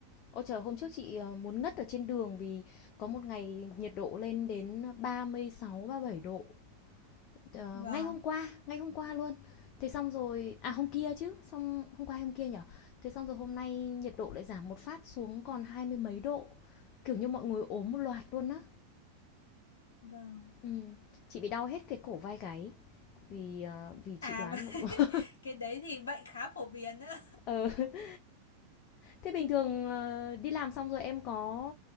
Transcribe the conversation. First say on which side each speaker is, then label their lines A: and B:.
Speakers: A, on the left; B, on the left.
A: Ôi trời, hôm trước chị ờ, muốn ngất ở trên đường vì có một ngày nhiệt độ lên đến 36, bảy độ. Ờ,
B: Vâng,
A: ngay hôm qua, ngay hôm qua luôn. Thế xong rồi, à hôm kia chứ, xong hôm qua hay hôm kia nhở? Thế xong rồi hôm nay nhiệt độ lại giảm một phát xuống còn hai mươi mấy độ. Kiểu như mọi người ốm một loạt luôn á.
B: vâng.
A: Ừ. Chị bị đau hết cái cổ vai gáy vì ờ, vì chị
B: À
A: đoán
B: <laughs> và
A: là
B: cái đấy thì bệnh khá phổ biến nữa.
A: Ừ. <laughs> Thế bình thường, ờ, đi làm xong rồi em có